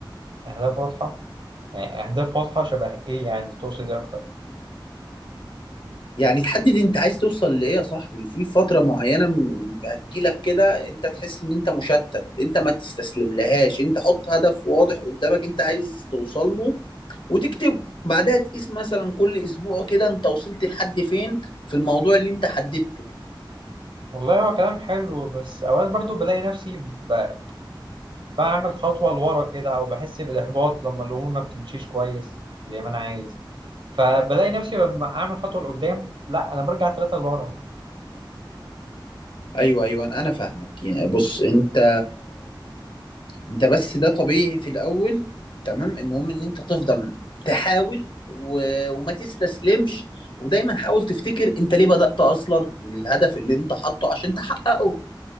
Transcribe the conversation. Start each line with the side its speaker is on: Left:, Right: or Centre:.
Right: أهداف واضحة يعني أهداف واضحة شبه إيه يعني تقصد إيه أكتر
Left: يعني تحدد انت عايز توصل لإيه يا صاحبي في فترة معينة م- هتجيلك كده انت تحس ان انت مشتت انت ما تستسلم لهاش انت حط هدف واضح قدامك انت عايز توصل له وتكتبه بعدها تقيس مثلا كل اسبوع كده انت وصلت لحد فين في الموضوع اللي انت حددته
Right: والله هو كلام حلو بس أوقات برضه بلاقي نفسي ب... بعمل خطوة لورا كده أو بحس بالإحباط لما الأمور ما بتمشيش كويس زي ما أنا عايز فبلاقي نفسي لما أعمل خطوة لقدام لأ أنا برجع تلاتة لورا
Left: ايوه ايوه انا فاهمك يعني بص انت انت بس ده طبيعي في الاول تمام المهم ان انت تفضل تحاول و... وما تستسلمش ودايما حاول تفتكر انت ليه بدأت اصلا للهدف اللي انت حاطه عشان تحققه